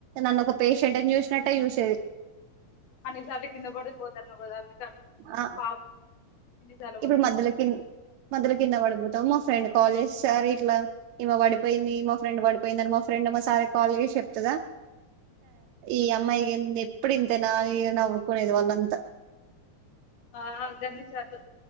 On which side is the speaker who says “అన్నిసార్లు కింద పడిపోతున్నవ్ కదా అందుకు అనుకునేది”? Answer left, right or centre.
Left